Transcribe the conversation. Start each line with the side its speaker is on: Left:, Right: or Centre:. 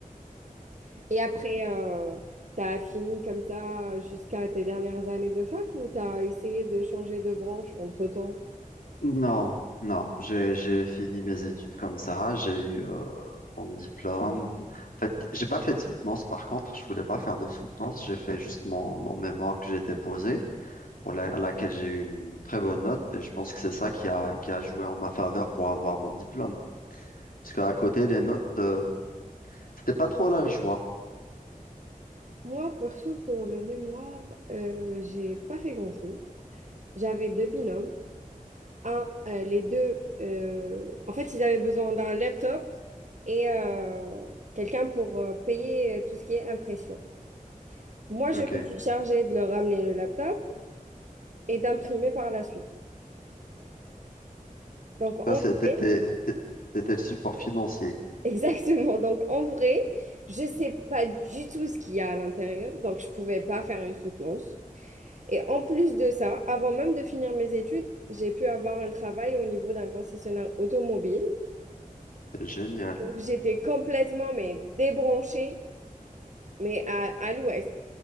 Right: <laughs> Et après, euh, tu as fini comme ça jusqu'à tes dernières années de fac ou tu as essayé de changer de branche entre-temps?
Left: Non, non, j'ai j'ai fini mes études comme ça, j'ai eu euh, mon diplôme. En fait, j'ai pas fait de soutenance par contre, je voulais pas faire de soutenance, j'ai fait juste mon, mon mémoire que j'ai déposé, pour la- à laquelle j'ai eu une très bonne note, et je pense que c'est ça qui a, qui a joué en ma faveur pour avoir mon diplôme. Parce qu'à côté, les notes, euh, c'était pas trop la joie.
Right: Moi, perso, pour le mémoire, euh, j'ai pas fait grand-chose. J'avais deux binômes. Un, euh, les deux, euh, en fait, ils avaient besoin d'un laptop et euh, quelqu'un pour euh, payer euh, tout ce qui est impression. Moi, je
Left: Ok,
Right: me suis chargée de leur ramener le laptop et d'imprimer par la suite. Donc,
Left: toi,
Right: en
Left: c'était
Right: vrai,
Left: t'étais t'étais le support financier.
Right: <laughs> exactement. Donc, en vrai, je sais pas du tout ce qu'il y a à l'intérieur. Donc, je pouvais pas faire une soutenance. Et en plus de ça, avant même de finir mes études, j'ai pu avoir un travail au niveau d'un concessionnaire automobile.
Left: C'est génial.
Right: Donc, j'étais complètement mais débranchée, mais à, à l'ouest,